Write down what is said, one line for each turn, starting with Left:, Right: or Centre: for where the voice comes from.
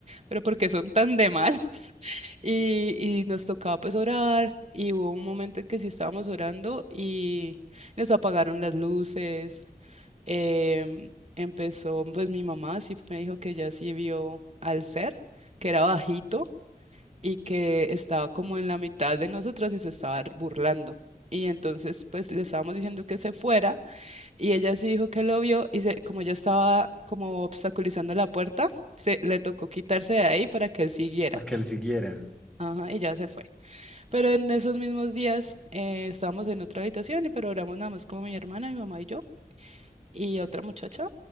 Right: pero ¿por qué son tan de malas? <laughs> Y, y nos tocaba pues orar, y hubo un momento en que sí estábamos orando y nos apagaron las luces. em, empezó, pues mi mamá sí me dijo que ya sí vio al ser, que era bajito y que estaba como en la mitad de nosotras y se estaba burlando. Y entonces, pues le estábamos diciendo que se fuera. Y ella sí dijo que lo vio y se, como ella estaba como obstaculizando la puerta, se le tocó quitarse de ahí para que él siguiera.
Centre: para que él siguiera.
Right: Ajá, y ya se fue. Pero en esos mismos días eh, estábamos en otra habitación y pero programamos nada más como mi hermana, mi mamá y yo y otra muchacha.